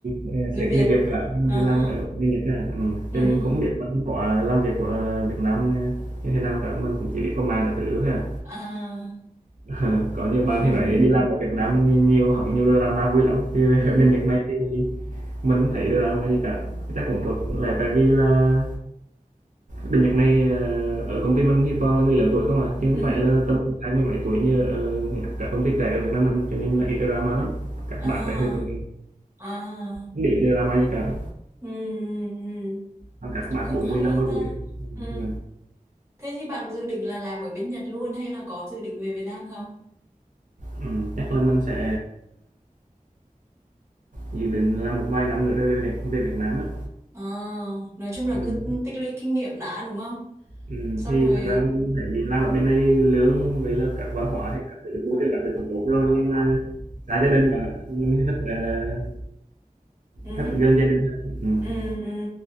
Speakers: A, on the right; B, on the right.
A: ờ,
B: người
A: sếp
B: Việt
A: người Việt cả, mình
B: à
A: chỉ
B: ha
A: làm ở người Nhật thôi à, Ừ,
B: Ừ
A: cho nên
B: hứ.
A: cũng biết văn hóa làm việc của, ờ, Việt Nam, ờ, như thế nào cả, mình cũng chỉ biết qua mạng cả thứ thôi à.
B: à
A: <laughs> có nhiều
B: <laughs>
A: bạn thì nói đi làm ở Việt Nam nhìn nhiều hóng nhiều drama vui lắm, chứ
B: Ừ
A: <laughs>
B: hứ.
A: ở bên Nhật này thì mình không thấy drama gì cả, chắc cũng có lẽ tại vì là Bên Nhật này ờ, ở công ty mình thì toàn là người lớn tuổi không à, chứ không
B: Ừ
A: phải
B: hứ.
A: là tầm hai mươi mấy tuổi như ở các công ty trẻ ở Việt Nam mình cho nên là ít drama lắm. Các
B: à
A: bạn đấy thì cũng
B: à
A: không để ý drama gì cả.
B: ừ, ừ, ừ.
A: Còn các bạn
B: cũng
A: 40
B: hay
A: mươi năm mươi
B: ta
A: tuổi.
B: ừ.
A: Ừ,
B: thế thì bạn dự định là làm ở bên Nhật luôn hay là có dự định về Việt Nam không
A: ừ, chắc là mình sẽ dự định làm một vài năm nữa rồi về, về Việt Nam á.
B: à, nói chung là
A: Ừ.
B: cứ tích lũy kinh nghiệm đã đúng không
A: Ừ.
B: xong
A: Thì
B: rồi
A: thật ra mình thấy làm ở bên này lương với là các văn hóa thì các thứ môi trường các thứ cũng tốt rồi nhưng mà xa gia đình mà mình thì thích uh,
B: Ừ.
A: thích ở gần gia đình hơn. ừ.
B: Ừ, ừ.